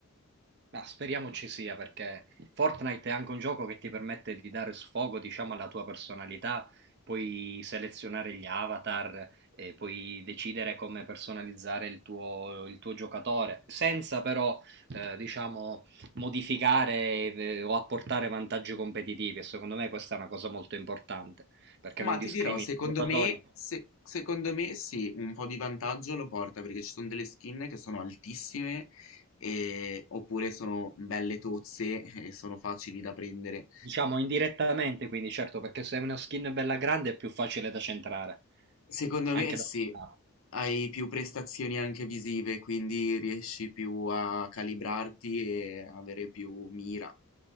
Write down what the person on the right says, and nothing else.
Ma speriamo ci sia perché Fortnite è anche un gioco che ti permette di dare sfogo, diciamo, alla tua personalità, puoi selezionare gli avatar, e puoi decidere come personalizzare il tuo, il tuo giocatore, senza però, eh, diciamo, modificare eh, o apportare vantaggi competitivi. E secondo me questa è una cosa molto importante perché
non discrimina
i giocatori,
diciamo, indirettamente, quindi certo, perché se hai una skin bella grande è più facile da centrare,
anche
da portare.